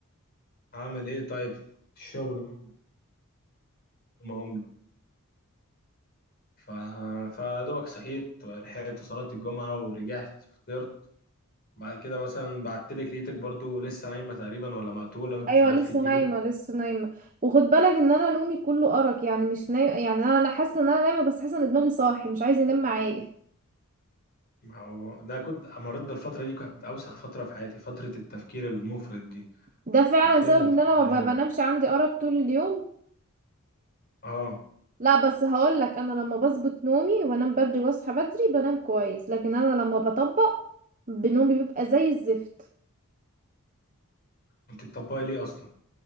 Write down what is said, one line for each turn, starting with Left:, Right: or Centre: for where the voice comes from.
Left: أعمل إيه طيب الشغل ما عمله ف... فدوبك صحيت لحقت صلاة الجمعة ورجعت فطرت بعد كده مثلا بعتلك لقيتك برضو لسه نايمة تقريبا ولا مقتولة
Right: ايوه
Left: مش عارف
Right: لسه
Left: فيك
Right: نايمه
Left: إيه
Right: لسه نايمه وخد بالك ان انا نومي كله ارق يعني مش نايمه يعني انا انا حاسه ان انا نايمه بس حاسه ان دماغي صاحي مش عايز ينام معايا
Left: ما هو ده كنت مريت بالفترة دي كانت أوسخ فترة في حياتي فترة التفكير المفرط دي
Right: ده فعلا
Left: حرفيا
Right: سبب ان
Left: فترة
Right: انا ما
Left: إهانة
Right: ب- بنامش عندي ارق طول اليوم
Left: آه
Right: لا بس هقول لك انا لما بظبط نومي وانام بدري واصحى بدري بنام كويس لكن انا لما بطبق بنومي بيبقى زي الزفت
Left: أنت بتطبقي ليه أصلا؟